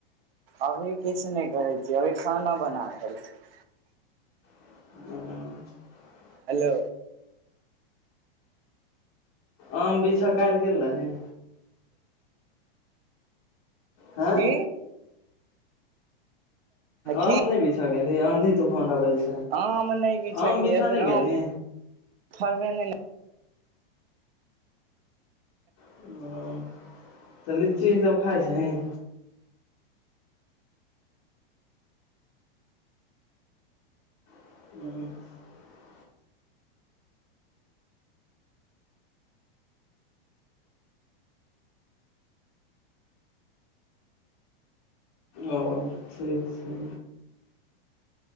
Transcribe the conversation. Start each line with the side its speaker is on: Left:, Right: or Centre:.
Right: अभी किछु नहि करै छियै अभी खाना बना रहल छी <unintelligible>
Left: <inaudible>
Right: हेलो
Left: आम बिछअ काल्हि गेल रहिंन हँ
Right: की
Left: आम
Right: की
Left: नहि बिछ गेल हे आंधी तूफान आबल छै
Right: आम नहि बिछय
Left: आम बिछऽ
Right: गेलिए फेर
Left: नहि गेलही
Right: आम फड़बै नहि न
Left: हँ तऽ लीची इसभ खाइ छिहिं <unintelligible> ओ ठीक छै